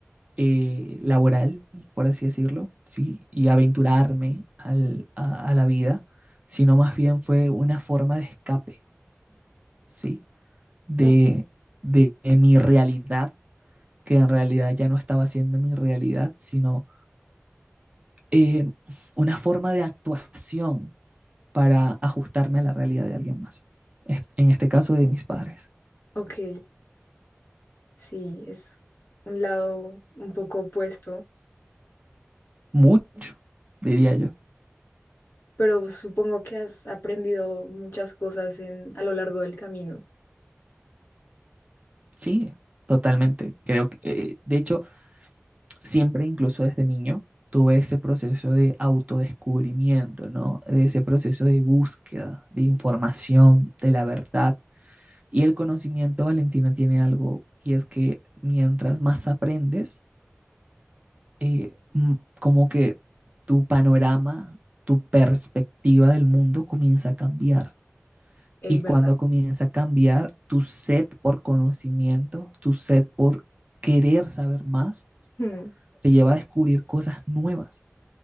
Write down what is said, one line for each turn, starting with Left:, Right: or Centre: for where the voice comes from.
Right: eh, laboral, por así decirlo, ¿sí? Y aventurarme al- a, a la vida, sino más bien fue una forma de escape, ¿sí? De,
Left: Ok.
Right: de, de mi realidad, que en realidad ya no estaba siendo mi realidad, sino eh, una forma de actuación para ajustarme a la realidad de alguien más. En este caso de mis padres.
Left: Ok. Sí, es un lado un poco opuesto,
Right: Mucho, diría yo.
Left: pero supongo que has aprendido muchas cosas en, a lo largo del camino,
Right: Sí, totalmente. Creo que, eh, de hecho, siempre, incluso desde niño, tuve ese proceso de autodescubrimiento, ¿no? De ese proceso de búsqueda, de información, de la verdad. Y el conocimiento, Valentina, tiene algo, y es que mientras más aprendes, eh, mm, como que tu panorama, tu perspectiva del mundo comienza a cambiar.
Left: es
Right: Y cuando
Left: verdad.
Right: comienza a cambiar, tu sed por conocimiento, tu sed por querer saber más,
Left: Mm. <laughs>
Right: te lleva a descubrir cosas nuevas.